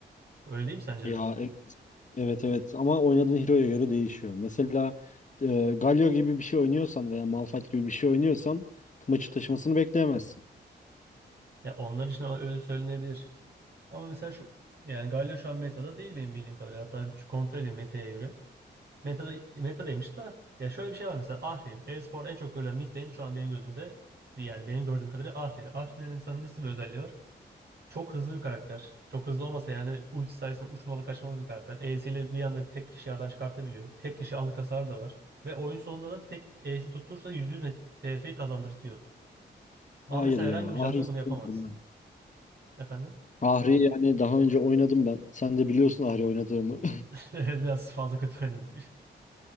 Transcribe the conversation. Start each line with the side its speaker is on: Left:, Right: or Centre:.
Right: Öyle değil mi sence
Left: Ya
Right: de?
Left: evet, Evet evet ama oynadığın hero'ya göre değişiyor. Mesela e, Galio gibi bir şey oynuyorsan veya Malphite gibi bir şey oynuyorsan maçı taşımasını bekleyemezsin.
Right: Ya onlar için öyle söylenebilir. Ama mesela şu yani Galio şu an meta'da değil benim bildiğim kadarıyla. Hatta şu kontrol edeyim meta'ya göre. Meta'da meta'daymış da ya şöyle bir şey var mesela Ahri. Elsport en çok görülen mid lane şu an benim gözümde yani benim gördüğüm kadarıyla Ahri. Ahri'nin insanın nasıl bir özelliği var? Çok hızlı bir karakter. Çok hızlı olmasa yani ulti sayesinde uçmalı kaçmalı bir karakter. E'siyle bir anda tek kişi yardan çıkartabiliyor. Tek kişi anlık hasar da var. Ve oyun sonunda da tek E'sini tutturursa %100 TF'yi kazandırtıyor. Ama
Left: Hayır
Right: mesela
Left: ya
Right: herhangi bir jungle
Left: Ahri istemiyorum
Right: bunu yapamaz.
Left: ben.
Right: Efendim?
Left: Ahri yani daha önce oynadım ben. Sen de biliyorsun Ahri oynadığımı.
Right: <laughs> Biraz fazla kötü oynadım. <laughs>